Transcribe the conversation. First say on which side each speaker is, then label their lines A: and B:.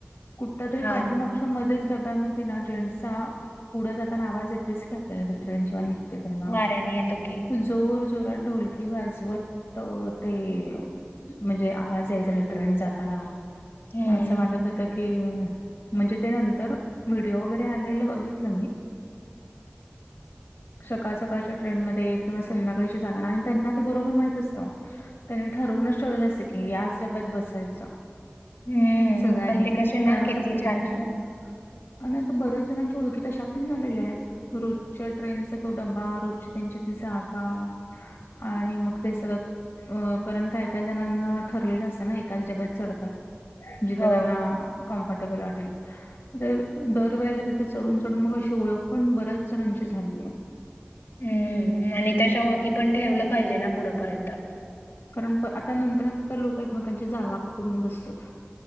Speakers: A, on the left (about 75°); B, on the left (about 55°).
A: कुठल्या तरी
B: हां.
A: पाठीमागच्या मध्येच डब्यामध्ये ना जेंट्सचा पुढं जाताना आवाज येतो. तेच की आपल्याला ट्रेन जेंव्हा निघते तेंव्हा.
B: त्यानी येत की.
A: जोर जोरात ढोलकी वाजवत ते म्हणजे आवाज यायचा ट्रेन जाताना,
B: हम्म.
A: असं वाटत होत की कि म्हणजे ते नंतर व्हिडिओ वगैरे आलेल बघितलं मी. सकाळचं सकाळच्या ट्रेन मध्ये किंवा, संध्याकाळच्या जाताना आणि त्यांना ते बरोबर माहित असत. त्यानी ठरवूनच ठेवलं असते की याच डब्यात बसायच.
B: हम्म.
A: सगळ्यांनी
B: पण ते कसे ना
A: कारण
B: किती
A: प्रत्येकांची
B: छान.
A: आणि आता बऱ्याच जणांची ओळखी तशा पण झालेल्या आहेत रोजच्या ट्रेनचा तो डबा. रोजची त्यांची ती जागा आणि मग ते सतत अ कारण काय काय जणांना ठरलेलं असतं ना एकाच डब्यात चढतात. जिथं
B: हो.
A: त्यांना कम्फर्टेबल वाटेल. तर दरवेेळेला तिथे चढून चढून मग अशी ओळख पण बऱ्याच जणांची झाली आहे.
B: हम्म, आणि तशा ओळखी पण ठेवलं पाहिजे ना पुढपर्यंत.
A: कारण आता नंतर नंतर लोक एकमेकांच्या जागा पकडून बसत,